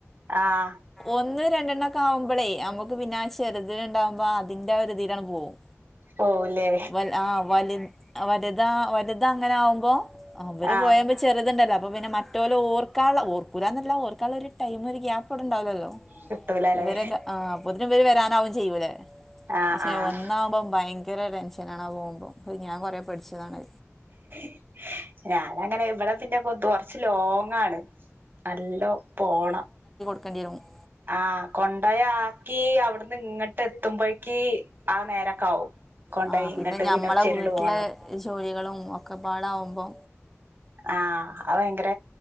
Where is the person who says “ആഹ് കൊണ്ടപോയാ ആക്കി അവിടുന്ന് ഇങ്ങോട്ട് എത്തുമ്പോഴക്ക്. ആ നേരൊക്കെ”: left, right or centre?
Right